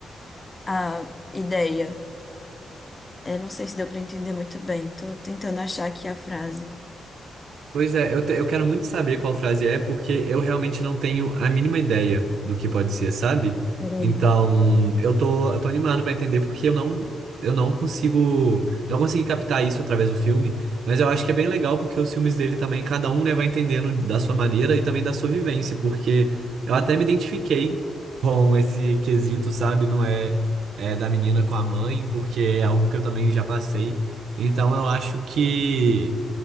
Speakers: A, on the left; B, on the right.
A: a ideia. É, não sei se deu para entender muito bem. Tô tentando achar aqui a frase.
B: Pois é, eu, te- eu quero muito saber qual frase é, porque eu realmente não tenho a mínima ideia do que pode ser, sabe?
A: Peraí.
B: Então, eu tô, eu tô animado pra entender, porque eu não, eu não consigo, não consegui captar isso através do filme, mas eu acho que é bem legal, porque os filmes dele também, cada um, né, vai entendendo da sua maneira e também da sua vivência, porque eu até me identifiquei com esse quesito, sabe? Não é, é da menina com a mãe, porque é algo que eu também já passei. Então, eu acho que